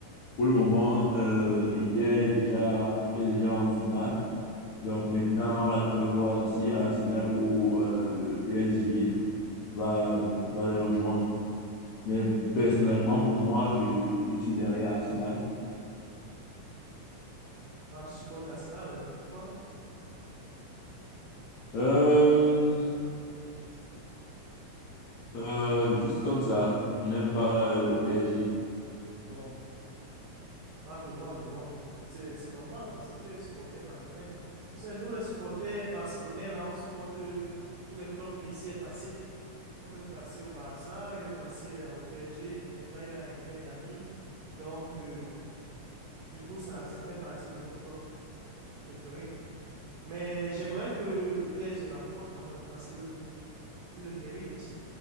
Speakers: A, on the left; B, on the right.
A: Pour le moment, euh, Inter est déjà, est déjà en finale. Donc maintenant, on attend de voir si Arsenal ou euh, le PSG va, va les rejoindre. Mais personnellement, pour moi, je, je- je suis derrière Arsenal.
B: quand tu supportes Arsenal, euh, pourquoi?
A: Euh, euh, juste comme ça, je n'aime pas euh, le PSG.
B: Bon, ah, je vois, je vois. C'est, c'est normal parce que tu es supporter madrilène. Tu sais, nous, les supporters barcelonais, là, on supporte euh, tous les clubs où Messi est passé. Comme il est passé au Barça, il est passé euh, au PSG, maintenant il a Inter Miami. Donc, euh, du coup, ça, ça fait partie de nos clubs préférés. Mais j'aimerais que le PSG remporte quand même parce que ils le méritent.